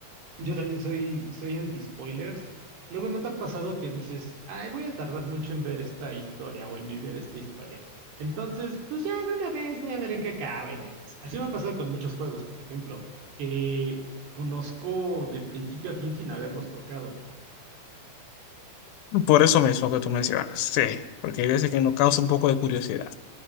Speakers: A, on the right (about 85°); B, on the left (about 85°).
A: yo también soy, soy anti-spoilers, luego no te ha pasado que dices, ay, voy a tardar mucho en ver esta historia o en vivir esta historia. Entonces, pues ya de una vez voy a ver en qué acaba y demás. Así me ha pasado con muchos juegos, por ejemplo, que conozco de principio a fin sin haberlos tocado.
B: Por eso mismo que tú mencionas, sí, porque hay veces
A: Es-
B: que nos causa un poco de curiosidad.